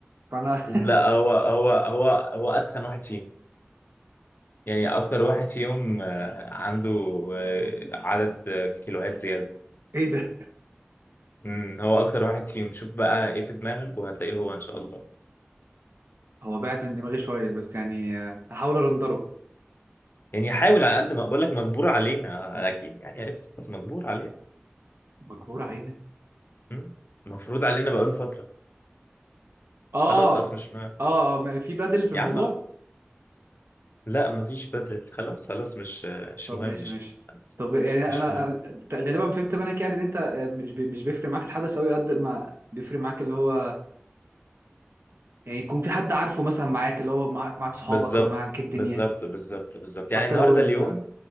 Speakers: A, on the right; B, on the left.
A: فانا
B: لا هو هو هو هو اتخن واحد فينا يعني اكتر واحد فيهم آه، عنده آه، عدد آه، كيلوهات زياده
A: <laughs> ايه ده
B: امم هو اكتر واحد فيهم شوف بقى ايه في دماغك وهتلاقيه هو ان شاء الله
A: هو بعد من دماغي شويه بس يعني آه، هحاول ارندره
B: يعني حاول على قد ما بقول لك مجبور علينا آه، اكيد يعني عرفت خلاص مجبور علينا
A: مجبور علينا
B: امم مفروض علينا بقاله فتره
A: اه
B: خلاص خلاص مش مهم
A: اه آه، ما- في بدل في الموضوع
B: يا عم لا مفيش بدل خلاص خلاص مش آه، مش
A: طب
B: مهم
A: ماشي
B: مش
A: ماشي
B: مهم خلاص
A: طب يعني
B: مش
A: انا
B: مهم
A: أنا ت- غالبا فهمت منك يعني ان انت آه، مش بي- مش بيفرق معاك الحدث قوي قد ما بيفرق معاك اللي هو يعني يكون في حد عارفه مثلا معاك اللي هو معاك معاك صحابك
B: بالظبط
A: معاك الدنيا
B: بالظبط بالظبط بالظبط
A: حتى
B: يعني النهارده
A: لو ال
B: اليوم